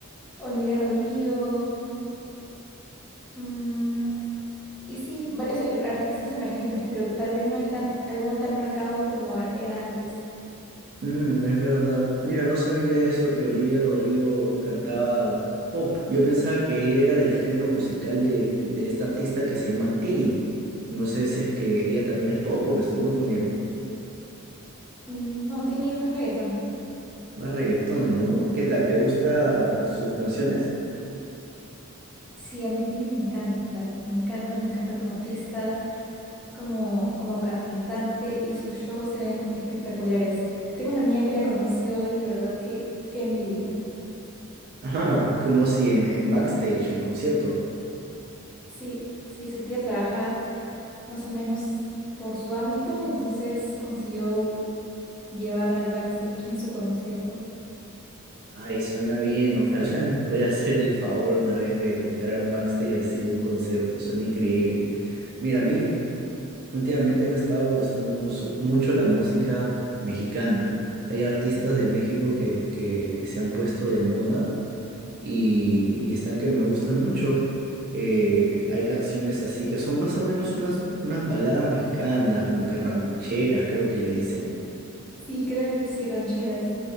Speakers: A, in the centre; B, on the right (about 45°).
A: Olivia Rodrigo, mm, y sí, varios ar- artistas emergentes, pero tal vez no hay tan, alguno tan marcado como a- era antes.
B: Mm, es verdad. Mira, no sabía eso que Olivia Rodrigo cantaba pop. Yo pensaba que ella era del género musical de, de esta artista que se llama Tini. No sé si es que ella también es pop o me estoy confundiendo.
A: Mm, no, Tini es más reggaetón.
B: Más reggaetón, ¿no? ¿Qué tal? ¿Te gustan sus canciones?
A: Sí, a mí Tini me encanta, me encanta, me encanta como artista. como, como cantante y sus shows se ven espectaculares. Tengo una amiga que la conoció y de verdad que qué envidia.
B: Ah, como si en, en backstage, en concierto.
A: Sí, sí, su tía trabaja más o menos por su ámbito, entonces consiguió llevarla al backstage en su concierto.
B: Ay, suena bien, ojalá <laughs> nos pueda hacer el favor una vez de, de entrar a un backstage así de un concierto, suena increíble. Mira, a mí últimamente me ha estado gustando mucho, mucho la música mexicana. Hay artistas de México que, que se han puesto de moda y, y están que me gustan mucho. Eh, hay canciones así que son más o menos unas, unas baladas mexicanas, como que rancheras, creo que le dicen
A: Sí, creo que sí, rancheras.